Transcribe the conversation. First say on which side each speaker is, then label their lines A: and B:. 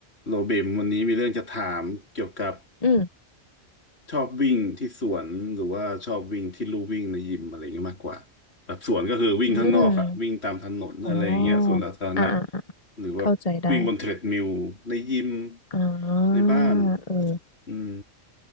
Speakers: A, on the left; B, on the left.
A: โรเบมวันนี้มีเรื่องจะถามเกี่ยวกับ
B: อืม
A: ชอบวิ่งที่สวนหรือว่าชอบวิ่งที่ลู่วิ่งในยิมอะไรอย่างเงี้ยมากกว่าแบบสวนก็คือวิ่งข้างนอกอะวิ่งตามถนนอะไรอย่างเงี้ยสวนสาธารณะ
B: อืม อ๋ออ่าอ่าอ่า
A: หรือว่าวิ่งบนเทรดมิลในยิม
B: เข้าใจได้อ่า
A: ในบ้าน
B: เออ
A: อืม